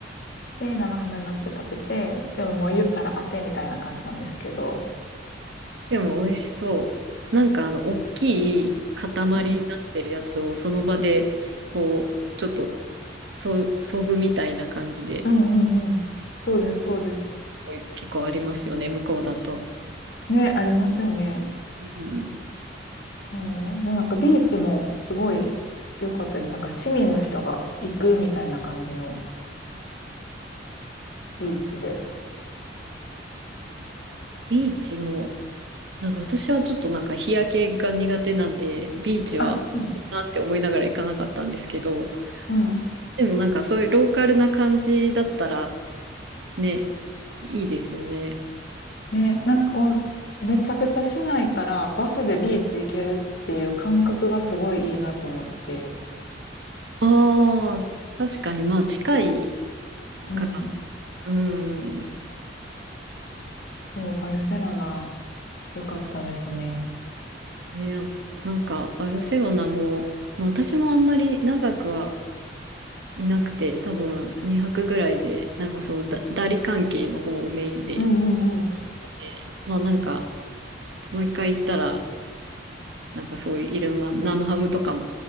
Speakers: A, on the left; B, on the right.
A: で、生ハム乗せて食べて、でももう言ったら当てみたいな感じなんですけど。
B: でも美味しそう。なんかあの、大きい塊になってるやつをその場で、
A: うん
B: こう、ちょっと、そ、そぐみたいな感じで、
A: うんうんうん。そうです、そうです。
B: で結構ありますよね、向こうだと。
A: ね、ありますよね。
B: うん、
A: うんでもなんかビーチもすごい良かったです。なんか市民の人が行くみたいな感じのビーチで。
B: ビーチも、なんか私はちょっとなんか日焼けが苦手なんで、ビーチは
A: あ、うん。
B: なって思いながら行かなかったんですけど、
A: うん
B: でもなんかそういうローカルな感じだったらね、いいですよね。
A: ね、なんかこん、めちゃくちゃ市内からバスでビーチ行けるっていう感覚がすごいいいなと思って。
B: ああ、確かにまあ近い
A: うん。
B: から。うん。
A: そう、バルセロナ、良かったですね。
B: ね、なんかバルセロナも、まあ、私もあんまり長くはいなくて、多分2泊ぐらいで、なんかそのだダリ関係の方をメインで、
A: うんうんうん。
B: ねまあなんかもう一回行ったらなんかそういういろんな生ハムとかも